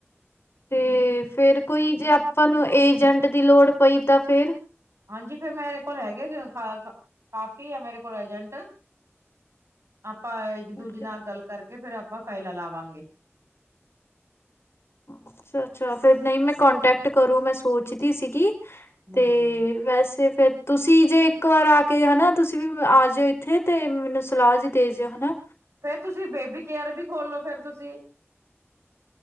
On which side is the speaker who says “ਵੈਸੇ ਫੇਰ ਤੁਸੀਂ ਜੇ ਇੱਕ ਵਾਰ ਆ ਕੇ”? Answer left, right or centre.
Left